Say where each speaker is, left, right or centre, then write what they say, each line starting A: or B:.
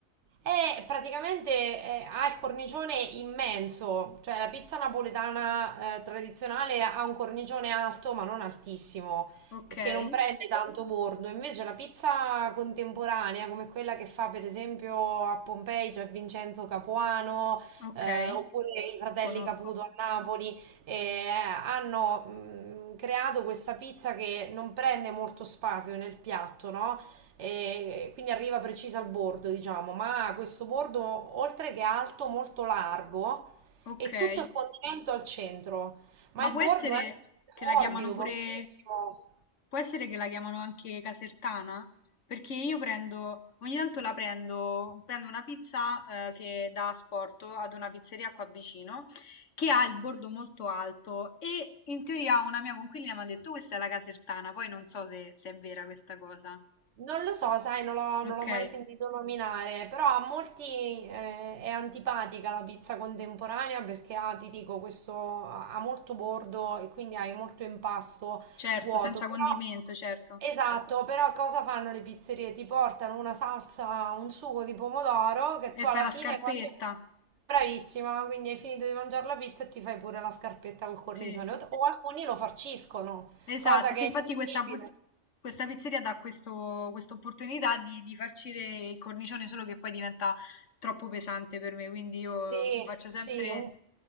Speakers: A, on the right; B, on the left.
A: È praticamente eh, ha il cornicione immenso, cioè la pizza napoletana eh, tradizionale ha un cornicione alto ma non altissimo
B: Okay,
A: e che non prende tanto bordo. Invece la pizza contemporanea, come quella che fa per esempio a Pompei, c'è Vincenzo Capuano,
B: okay,
A: eh, oppure i fratelli
B: conosco.
A: Caputo a Napoli, eh, hanno mh, creato questa pizza che non prende molto spazio nel piatto, no? E quindi arriva precisa al bordo, diciamo, ma questo bordo, oltre che alto, molto largo
B: Okay,
A: e tutto il condimento al centro, ma
B: ma
A: il
B: può
A: bordo
B: essere
A: è
B: che la
A: morbido,
B: chiamano pure,
A: morbidissimo.
B: può essere che la chiamano anche casertana? Perché io prendo, ogni tanto la prendo, prendo una pizza eh, che da asporto ad una pizzeria qua vicino che ha il bordo molto alto e in teoria una mia coinquilina mi ha detto questa è la casertana, poi non so se se è vera questa cosa.
A: Non lo so, sai, non l'ho non
B: Ok,
A: l'ho mai sentito nominare, però a molti eh, è antipatica la pizza contemporanea perché ha, ti dico, questo ha ha molto bordo e quindi hai molto impasto
B: certo,
A: vuoto.
B: senza
A: Però,
B: condimento, certo.
A: esatto, però cosa fanno le pizzerie? Ti portano una salsa, un sugo di pomodoro che tu
B: E
A: alla
B: fai la
A: fine,
B: scarpetta.
A: quando è bravissima, quindi hai finito di mangiare la pizza e ti fai pure la scarpetta col cornicione.
B: Sì,
A: O o alcuni lo farciscono,
B: esatto.
A: cosa che
B: Sì, infatti
A: è impossibile.
B: questa, puz- questa pizzeria dà questo, questa opportunità di, di farcire il cornicione, solo che poi diventa troppo pesante per me, quindi io
A: Sì,
B: faccio
A: sì,
B: sempre...
A: un,